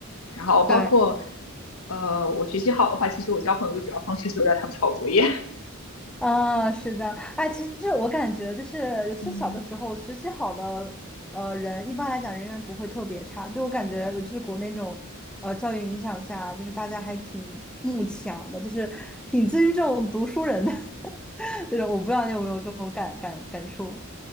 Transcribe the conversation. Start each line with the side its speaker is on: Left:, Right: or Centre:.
Left: 然后包括
Centre: 对。
Left: 呃，我学习好的话，其实我交朋友的主要方式就是让他们抄我作业。
Centre: 啊，是的，哎，其实我感觉就是，尤其是小的时候，
Left: 嗯。
Centre: 学习好的呃人，一般来讲人缘不会特别差。就我感觉，就是国内这种呃教育影响下，就是大家还挺慕强的，就是挺尊重读书人的 <laughs> 这种。我不知道你有没有这种感感感触？